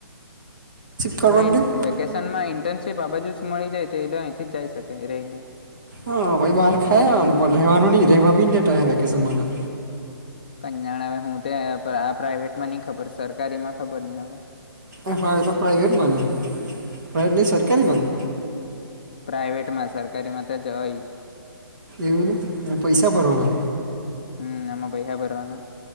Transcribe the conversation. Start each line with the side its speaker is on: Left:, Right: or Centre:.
Right: કરવાની
Left: અમે વેકેશન માં ઇન્ટર્નશીપ આ બાજુ જ મળી જાય તો એલે અહીંથી જાય શકે રહીને.
Right: હા ભાઈ બહાર ખાયાનું રહેવાનું નહી રહેવા બી દેતા ઓહ વેકેશન મા.
Left: કન્યાણ હ હું તે આ પ્રાાઈવેટમાં નઈ ખબર સરકારી માં ખબર નહી હવે.
Right: એ ફાયદ તો પ્રાઈવેટમાંને પ્રાટ નહી સરકારીમાંને.
Left: પ્રાાઈવેટ માં સરકારીમાં તો જ હોય.
Right: એવું ત પૈસા ભરવાના.
Left: હમ્મ એમ પૈસા ભરવાના.